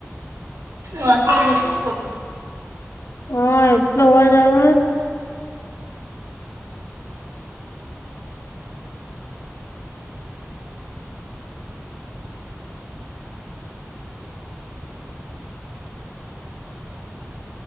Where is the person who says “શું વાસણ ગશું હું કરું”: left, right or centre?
Right